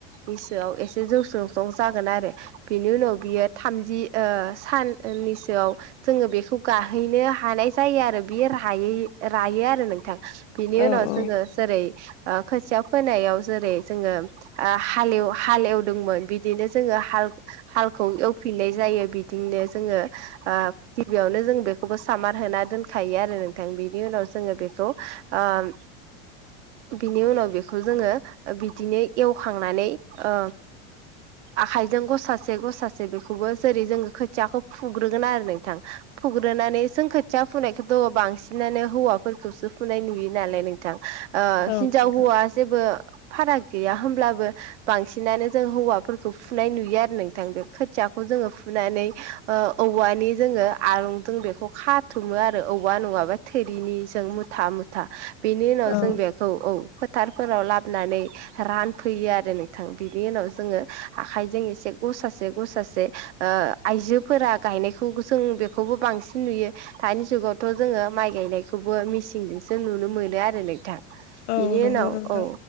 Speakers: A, on the right (about 85°); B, on the left (about 75°).
A: बैसोआव एसे जौस्रुं सं जागोन आरो। बेनि उनाव बियो थामजि ओ साननिसोआव जोङो बेखौ गाहैनो हानाय जायो आरो बे राय रायो आरो नोंथां बिनि
B: औ
A: उनाव जोङो जेरै खोथिया फोनायाव जेरै जोङो हालेव हालेवदोंमोन बिदिनो जोङो हाल हालखौ एवफिननाय जायो बिदिनो जोङो ओ गिबियावनो जों बेखौबो सामार होना दोनखायो आरो नोंथां बिनि उनाव जोङो बेखौ ओ बिनि उनाव बेखौ जोङो बिदिनो एवखांनानै ओ आखाइजों गसासे गसासे बेखौबो जेरै जोङो खोथियाखौ फुग्रोगोन आरो नोंथां। फुग्रोनानै सोंखोथिया फुनायखौ बांसिनानो हौवाफोरखौसो फुनाय नुयो नालाय नों थां ओ
B: नोंथां
A: हिनजाव हौवा जेबो फाराग गैया होमब्लाबो बांसिनानो जों हौवाफोरखौ फुनाय नुयो आरो नोंथां बे खोथियाखौ जोङो फुनानै ओ औवानि जोङो आलंजों बेखौ खाथुमो आरो औवा नङाबा थोरिनि जों। मुथा मुथा बेनि उनाव
B: औ
A: जों बेखौ औ फोथारफोराव लाबोनानै रानफैयो आरो नोंथां बिनि उनाव जोङो आखाइजों एसे गसासे गसासे ओ आइजोफोरा गायनायखौ जों बेखौबो बांसिन नुयो। दानि जुगावथ' जोङो माइ गायनायखौबो मिसिनजोंसो नुनो मोनो आरो नोंथां।
B: औ
A: बिनि
B: नंगौ
A: उनाव
B: नोंथां
A: औ।